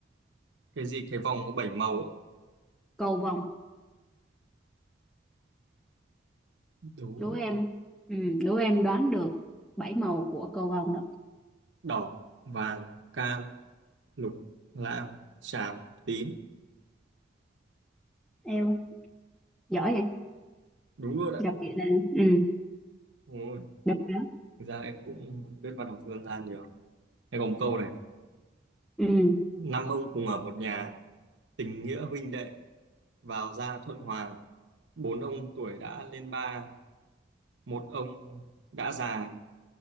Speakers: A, on the right; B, in the centre.
A: cái gì cái vòng có bảy màu á?
B: cầu vồng
A: đố
B: đố
A: em.
B: em ừ, đố em đoán được bảy màu của cầu vồng đó
A: đỏ vàng cam lục lam xám tím
B: em giỏi vậy
A: đúng luôn ạ
B: gặp chị là ừ
A: Ôi,
B: được rồi đó
A: thực ra em cũng biết văn học dân gian nhiều em còn một câu này
B: ừ
A: năm ông cùng ở một nhà tình nghĩa huynh đệ vào ra thuận hòa bốn ông tuổi đã lên ba một ông đã già